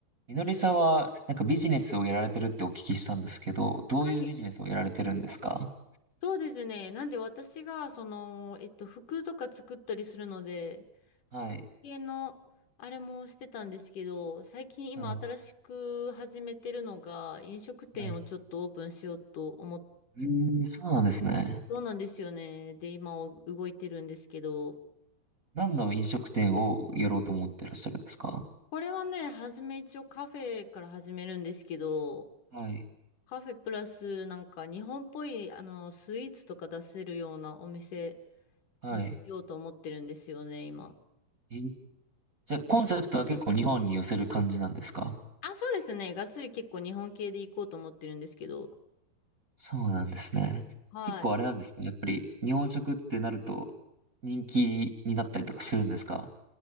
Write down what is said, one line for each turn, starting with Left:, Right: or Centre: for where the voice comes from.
Right: みのりさんは、なんかビジネスをやられてるってお聞きしたんですけど、どういうビジネスをやられてるんですか
Left: はい。そうですね。なんで私が、その、えっと、服とか作ったりするので、
Right: はい。
Left: そ系の、あれもしてたんですけど、最近今新しく始めてるのが、
Right: はい。
Left: 飲食店をちょっとオープンしようと思って、
Right: はい。えー、そうなんですね。
Left: そうなんですよね。で、今お動いてるんですけど、
Right: 何の飲食店をやろうと思ってらっしゃるんですか
Left: これはね、初め一応カフェから始めるんですけど、
Right: はい。
Left: カフェプラスなんか日本っぽい、あの、スイーツとか出せるようなお店
Right: はい。
Left: にしようと思ってるんですよね、今。
Right: えじゃあ、コンセプトは結構日本に寄せる感じなんですか
Left: あ、そうですね。がっつり結構日本系で行こうと思ってるんですけど。
Right: そうなんですね。
Left: はい。
Right: 結構あれなんですかやっぱり、日本食ってなると、人気になったりとかするんですか